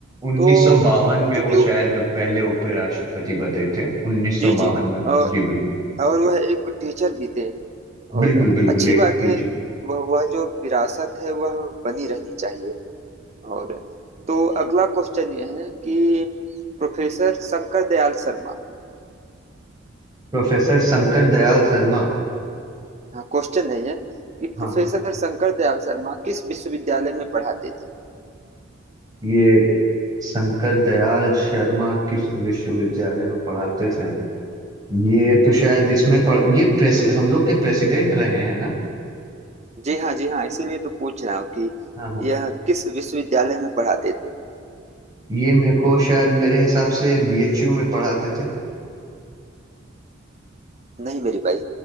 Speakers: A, on the right; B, on the right.
A: 1952
B: तो
A: में
B: चूंकि
A: वो
B: वो-
A: शायद पहले उपराष्ट्रपति बने थे 1952
B: जी जी
A: में
B: और
A: जी बिल्कुल
B: और वह एक टीचर भी थे और
A: बिल्कुल बिल्कुल
B: अच्छी
A: एक
B: बात
A: टीचर
B: है वह वह जो विरासत है वह बनी रहनी चाहिए और तो अगला क्वेश्चन यह है कि प्रोफेसर शंकर दयाल शर्मा
A: प्रोफेसर शंकर दयाल शर्मा
B: हाँ क्वेश्चन है यह कि
A: हाँ
B: प्रोफेसर
A: हाँ
B: शंकर दयाल शर्मा किस विश्वविद्यालय में पढ़ाते
A: ये शंकर दयाल शर्मा किस विश्वविद्यालय में पढ़ाते थे ये तो शायद इसमें पढ़ ये प्रेस हम लोग के प्रेसिडेंट रहे हैं ना
B: जी हाँ जी हाँ इसीलिए तो पूछ रहा हूँ कि
A: हाँ हाँ
B: यह किस विश्वविद्यालय में पढ़ाते थे
A: ये मेरे को शायद मेरे हिसाब से बीएचयू में पढ़ाते थे
B: नहीं मेरी भाई